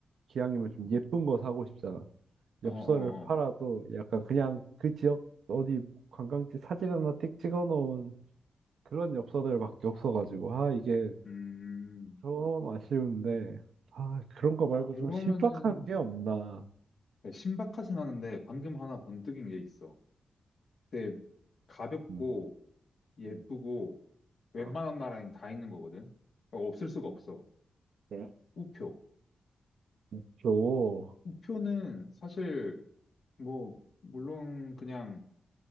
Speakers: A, on the right; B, on the left.
A: 기왕이면 좀 예쁜 거 사고 싶잖아.
B: 어,
A: 엽서를
B: 어,
A: 팔아도
B: 어.
A: 약간 그냥 그 지역 어디 관광지 사진 하나 띡 찍어 놓은 그런 엽서들밖에 없어가지고 아 이게
B: 음,
A: 좀 아쉬운데 아 그런 거 말고
B: 그러면은,
A: 좀 신박한 게 없나
B: 야, 신박하진 않은데, 방금 하나 번뜩인 게 있어. 근데 가볍고,
A: 음,
B: 예쁘고,
A: 음,
B: 웬만한
A: 아,
B: 나라엔 다 있는 거거든. 그러니까 없을 수가
A: 음,
B: 없어.
A: 그래?
B: 우표.
A: 있
B: 우표는 사실, 뭐, 물론 그냥,